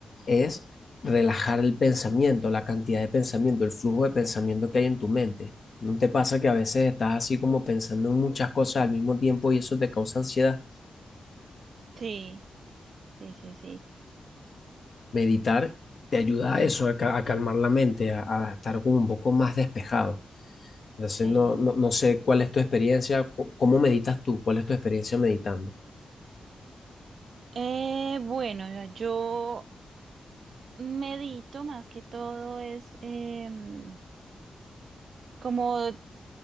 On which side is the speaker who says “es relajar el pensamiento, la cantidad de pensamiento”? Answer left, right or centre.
Left